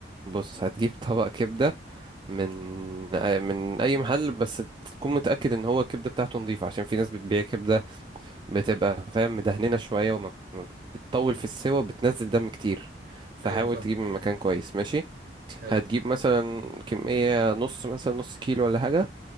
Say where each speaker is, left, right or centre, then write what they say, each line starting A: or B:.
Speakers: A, on the right (about 25°); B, on the right (about 60°).
A: بص هتجيب طبق كبده من من اي محل بس تكون متاكد ان هو الكبده بتاعته نظيفه عشان في ناس بتبيع كبده بتبقى فاهم مدهننه شويه وما ما بتطول في السوا وبتنزل دم كتير فحاول
B: <laughs> ايوه فاهم
A: تجيب من مكان كويس ماشي
B: حلو
A: هتجيب مثلا كميه نص مثلا نص كيلو ولا حاجه